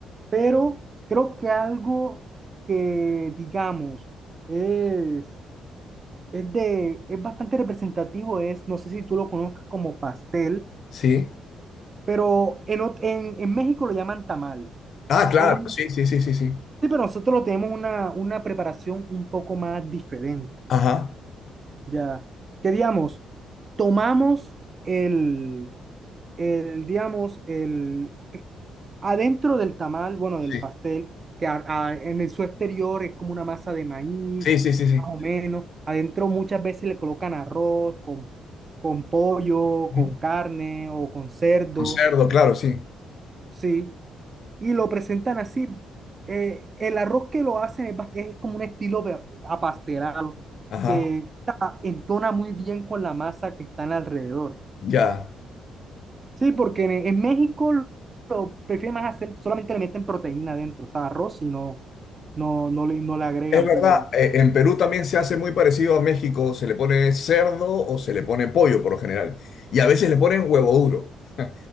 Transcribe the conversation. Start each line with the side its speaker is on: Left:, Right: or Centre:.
Right: pero creo que algo que, digamos, es, es, de, es bastante representativo es, no sé si tú lo conozcas como pastel,
Left: Sí.
Right: pero en, ot- en, en México lo llaman tamal.
Left: Ah, claro,
Right: Pero, nos-
Left: sí, sí, sí, sí, sí.
Right: sí, pero nosotros tenemos una, una preparación un poco más diferente,
Left: Ajá.
Right: ya. Que digamos, tomamos el, el digamos, el, eh, adentro del tamal, bueno,
Left: Sí,
Right: del pastel, que a- a- en el- su exterior es como una masa de maíz,
Left: sí, sí, sí, sí.
Right: más o menos. Adentro muchas veces le colocan arroz con, con pollo,
Left: Ujú.
Right: con carne o con cerdo,
Left: Con cerdo, claro, sí.
Right: sí. y lo presentan así. Eh, el arroz que lo hacen es, bast- es como un estilo de- apastelado
Left: Ajá.
Right: que ta- entona muy bien con la masa que están alrededor.
Left: Ya.
Right: Sí, porque en, en México lo, lo prefieren más hacer, solamente le meten proteína adentro, o sea, arroz y no, no, no le, no le agregan,
Left: Es verdad,
Right: pero
Left: eh, en Perú también se hace muy parecido a México. Se le pone cerdo o se le pone pollo por lo general. Y a veces le ponen huevo duro <laughs>